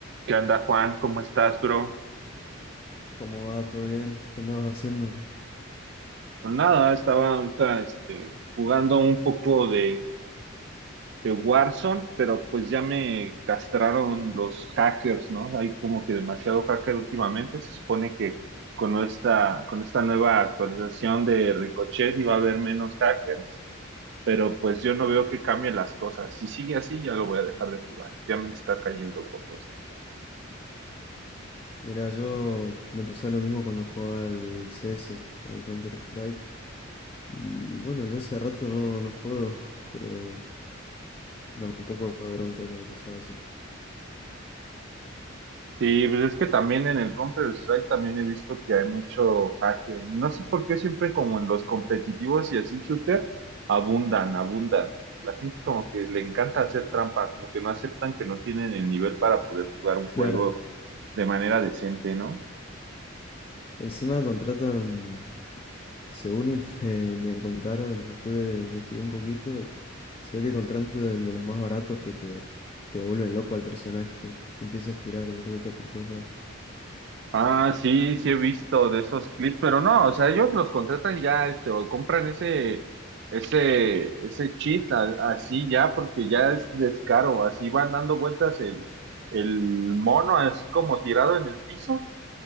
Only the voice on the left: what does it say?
¿Cómo va? ¿Todo bien? ¿Qué andabas haciendo?
Mira, yo me pasaba lo mismo cuando jugaba al CS, al Counter-Strike. Y bueno, ya hace rato no, no juego, <laughs> pero me da un poco de bronca cuando pasaba eso.
Claro,
encima contratan, según y <laughs> me, me contaron y después investigué un poquito, se ve que contratan de los más baratos que te, te vuelven loco al personaje, que empieza a girar y dar vueltas por todos lados.